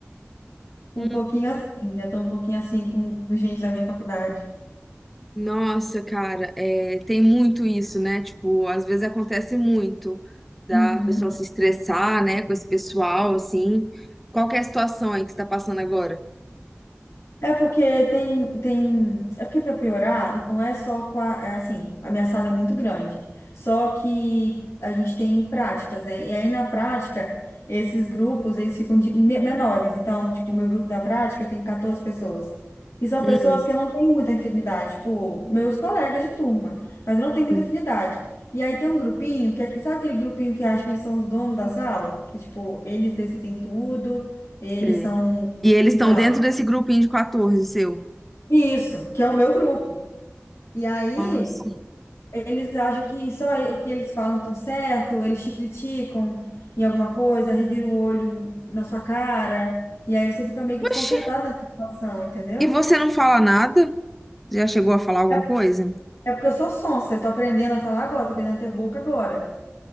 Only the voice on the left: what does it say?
Um
pouquinho assim, eu tô um pouquinho assim com, com gente da minha faculdade.
Uhum.
É porque tem, tem. É porque para piorar, não é só com a. É assim, a minha sala é muito grande. Só que a gente tem práticas, né? E aí na prática, esses grupos, eles ficam de- me- menores. Então, tipo, o meu grupo da prática tem 14 pessoas. E são
pessoas que eu não tenho muita afinidade. Tipo, meus colegas de turma. Mas eu não tenho muita
afinidade. E aí tem um grupinho que é. Sabe aquele grupinho que acha que eles são os donos da sala? Que, tipo, eles decidem tudo, eles
são.
Então.
Isso, que é o meu grupo. E aí,
eles acham que só o que eles falam estão certo, eles te criticam em alguma coisa, revira o olho na sua cara, e aí você fica meio que desconcertado
nessa situação, entendeu?
É,
é porque eu sou sonsa, eu tô aprendendo a falar agora, tô aprendendo a ter boca agora.